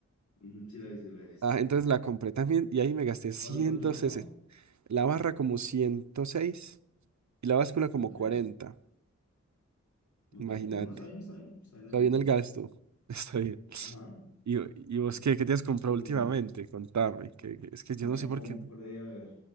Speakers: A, on the left; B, on the right.
A: ujú, sí, la he visto, sí la he visto.
B: Ah, entonces la compré también y ahí me gasté ciento
A: ¿Cuánto, cuánto costó?
B: sesenta, La barra como 106 y la báscula como
A: Ok,
B: 40.
A: ok.
B: Imagínate.
A: No, está bien, está bien. Está bien
B: Está
A: de precios.
B: bien el gasto. <laughs> Está bien.
A: Ajá.
B: ¿Y, y vos
A: Sí.
B: qué, qué te has comprado
A: Es un
B: últimamente?
A: lujo.
B: Contame. Que, que- es que
A: Me
B: yo no sé
A: compré,
B: por qué.
A: a ver.